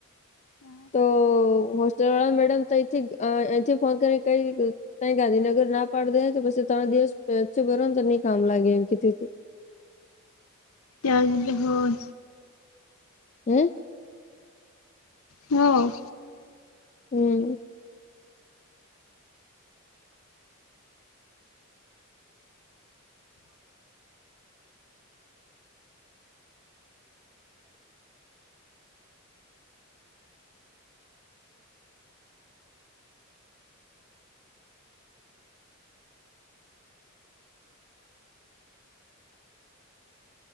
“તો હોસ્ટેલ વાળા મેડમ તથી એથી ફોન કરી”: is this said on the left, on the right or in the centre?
Left